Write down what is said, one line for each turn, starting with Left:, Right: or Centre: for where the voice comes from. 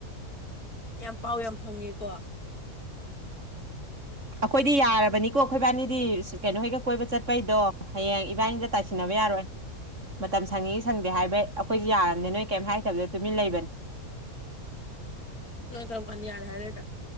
Left: ꯌꯥꯝ ꯄꯥꯎ ꯌꯥꯝ ꯐꯪꯉꯦꯀꯣ
Right: ꯑꯩꯈꯣꯏꯗꯤ ꯌꯥꯔꯕꯅꯤꯀꯣ ꯑꯩꯈꯣꯏ ꯏꯕꯥꯅꯤꯗꯤ ꯀꯩꯅꯣ ꯍꯣꯏꯒ ꯀꯣꯏꯕ ꯆꯠꯄꯩꯗꯣ ꯍꯌꯦꯡ ꯏꯕꯥꯅꯤꯗ ꯇꯥꯏꯁꯤꯟꯅꯕ ꯌꯥꯔꯣꯏ ꯃꯇꯝ ꯁꯪꯉꯦ ꯁꯪꯗꯦ ꯍꯥꯏꯕ ꯑꯩꯈꯣꯏꯗꯤ ꯌꯥꯔꯝꯅꯤ ꯅꯣꯏ ꯀꯩꯝ ꯍꯥꯏꯔꯛꯇꯕꯗꯨꯗ ꯇꯨꯃꯤꯟ ꯂꯩꯕꯅꯦ
Left: ꯅꯣꯏ ꯀꯔꯝ ꯀꯥꯟ ꯌꯥꯔꯦ ꯍꯥꯏꯔꯛꯏꯕ